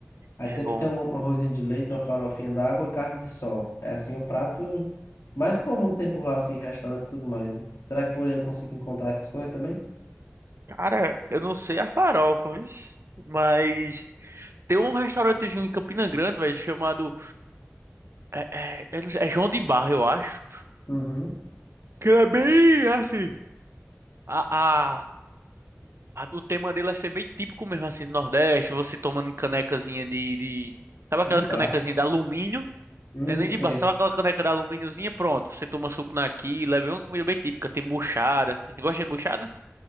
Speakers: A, on the left; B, on the right.
A: Aí
B: É
A: sempre
B: bom.
A: tem um um arrozinho de leite, uma farofinha d'água e carne de sol. É assim o prato mais comum que tem por lá, assim, em restaurantes e tudo mais, né? Será que por aí eu consigo encontrar essas coisas também?
B: Cara, eu não sei a farofa, mas mas tem um restaurantezinho em Campina Grande, velho, chamado. É, é, eu não sei, é João de Barro, eu acho.
A: Uhum.
B: Que é bem assim. A, a- o tema dele é ser bem típico mesmo, assim, do Nordeste, você tomando canecazinha de, de... Sabe
A: De
B: aquelas
A: bar.
B: canecazinhas de alumínio?
A: Hum,
B: Não é nem
A: sei.
B: de barro, sabe aquela caneca de alumíniozinha? Pronto, você toma suco naquilo, é bem uma comida bem típica, tem buchada. Tu gosta de buchada?